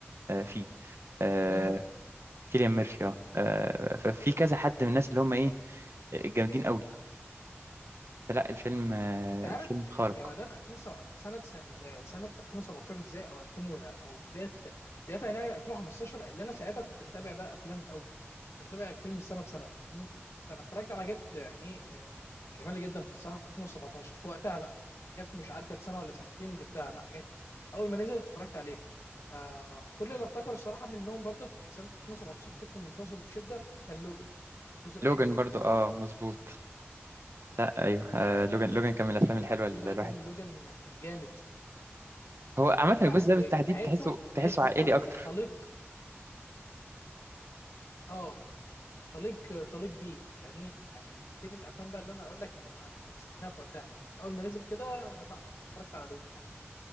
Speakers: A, on the right (about 65°); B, on the left (about 85°).
A: آه، فيه آه،
B: كلام
A: كيليان ميرفي اه آه، ففي كذا حد من الناس اللي هم ايه جامدين قوي فلا الفيلم آه،
B: انت عارف
A: الفيلم
B: آه،
A: خارق
B: جمادان 2000 س- سنه س- ز- سنه 2017 ازاي او 2000 و- او بدايه بدايه يناير 2015 اللي انا ساعتها كنت بتابع بقى افلام الاول كنت بتابع فيلم سنه بسنه فاهمني فانا اتفرجت على جت يعني ايه آه، جمال جدا في الصراحه في 2017 في وقتها بقى جت مش عدت سنه ولا سنتين وجبتها لا حاجات اول ما نزلت اتفرجت عليها فكل اللي افتكره الصراحه منهم برضو في سنه 2017 كنت منتظره بشده كان لوجان الجزء الاخير
A: لوجان
B: من لوجان
A: برضو اه مظبوط ايوه آه لوجان لوجان كان من الافلام الحلوه ال-
B: الجزء
A: الواحد
B: الاخير من لوجان كان جامد
A: هو عامه الجزء
B: لا ونهايته
A: ده بالتحديد تحسه تحسه
B: نهايه بطل
A: عائلي اكتر
B: طليق اه طليق طليق بيه فاهمني يعني دي من الافلام بقى اللي انا اقول لك انا كنت بستناها في وقتها اول ما نزل كده لا رحت اتفرجت على لوجان على طول